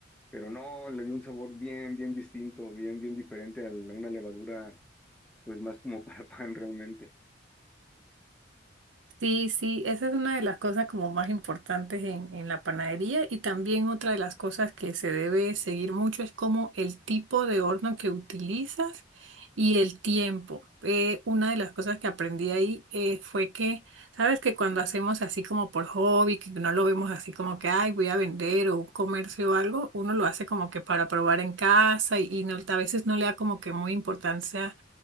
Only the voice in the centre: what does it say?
pero no, le dio un sabor bien, bien distinto, bien, bien diferente a la- una levadura, pues más como <laughs> para pan realmente.